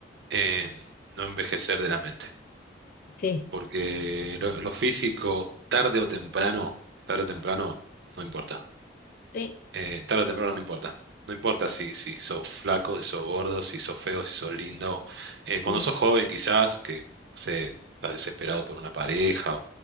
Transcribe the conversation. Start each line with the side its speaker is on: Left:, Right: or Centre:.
Right: em, no envejecer de la mente,
Left: Sí.
Right: porque lo, lo físico, tarde o temprano, tarde o temprano, no importa.
Left: Sí.
Right: Eh, tarde o temprano no importa. No importa si, si sos flaco, si sos gordo, si sos feo, si sos lindo. Eh, cuando
Left: Mm,
Right: sos joven, quizás, que no sé, estás desesperado por una pareja